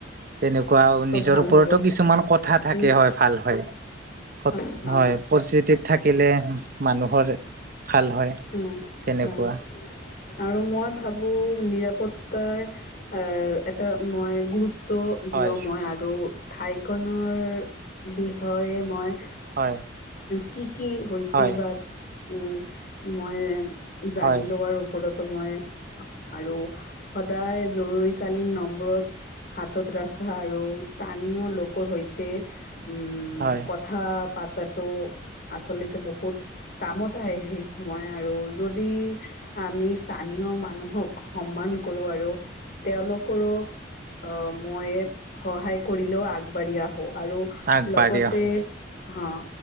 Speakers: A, on the right; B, on the left.
A: তেনেকুৱা
B: ত
A: নিজৰ
B: ভাল
A: ওপৰতো
B: হ'ব
A: কিছুমান কথা থাকে
B: নি
A: হয় ভাল হয়, হত
B: হা হা
A: হয়। পজিটিভ থাকিলে মানুহৰ ভাল হয়।
B: উম
A: তেনেকুৱা
B: হয়, আৰু মই ভাবোঁ নিৰাপদ তাই আ এটা মই গুৰুত্ব
A: হয়
B: দিয় মই আ ত ঠাইখনৰ বিষয়ে মই
A: হয়।
B: কি কি হৈছে
A: হয়
B: বা উম মই জানিলো
A: হয়
B: আৰু ওপৰতো মই আৰু সদায় জৰুৰীকালীন নম্বৰত হাতত ৰাখা আৰু স্থানীয় লোকৰ সৈতে উম
A: হয়
B: কথা পতাটো আচলতে বহুত কামত আহ সেই সময় আৰু যদি আমি স্থানীয় মানুহক সন্মান কৰো আৰু তেওঁলোকৰো অহ মই সহায় কৰিলেও আগবাঢ়ি আহো আৰু
A: আগবাঢ়ি
B: লগতে
A: আহে
B: অ